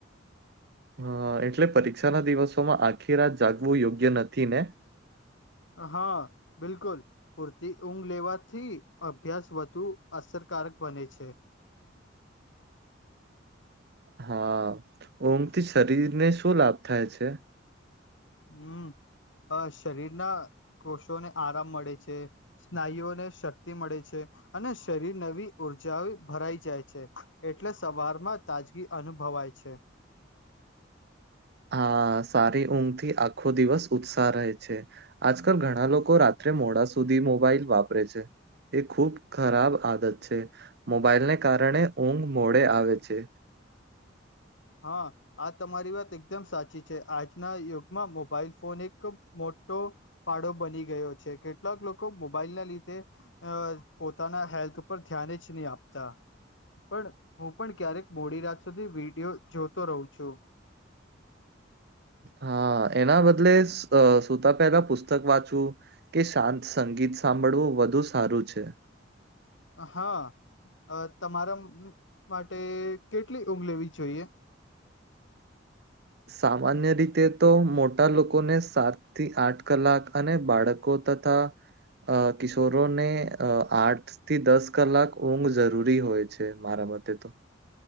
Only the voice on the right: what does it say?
હ એટલે પરીક્ષા ના દિવસોમાં આખી રાત જાગવું યોગ્ય નથી ને?
હા ઊંઘ થી શરીર ને શું લાભ થાય છે?
હા સારી ઊંઘથી આખો દિવસ ઉત્સાહ રહે છે. આજકાલ ઘણા લોકો રાત્રે મોડા સુધી મોબાઈલ વાપરે છે. એ ખૂબ ખરાબ આદત છે મોબાઈલને કારણે ઊંઘ મોડે આવે છે.
હા એના બદલે આ સુતા પહેલા પુસ્તક વાંચવું કે શાંત સંગીત સાંભળવું વધુ સારું છે.
સામાન્ય રીતે તો મોટા લોકોને સાત થી આઠ કલાક અને બાળકો તથા અ કિશોરોને અ આર્ટ થી દસ કલાક ઊંઘ જરૂરી હોય છે મારા મતે તો.